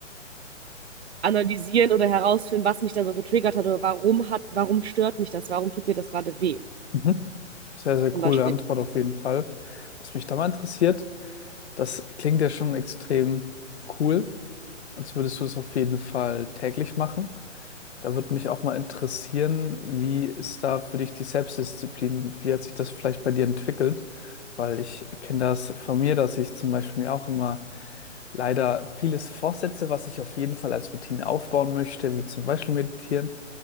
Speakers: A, on the right; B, on the left.
A: analysieren oder herausfinden, was mich da so getriggert hat oder warum hat, warum stört mich das, warum tut mir das gerade weh,
B: Mhm. Sehr, sehr
A: zum
B: coole
A: Beispiel.
B: Antwort auf jeden Fall. Was mich da mal interessiert, das klingt ja schon extrem cool, als würdest du es auf jeden Fall täglich machen. Da würde mich auch mal interessieren, wie ist da für dich die Selbstdisziplin? Wie hat sich das vielleicht bei dir entwickelt? Weil ich kenne das von mir, dass ich zum Beispiel mir auch immer leider vieles vorsetze, was ich auf jeden Fall als Routine aufbauen möchte, wie zum Beispiel meditieren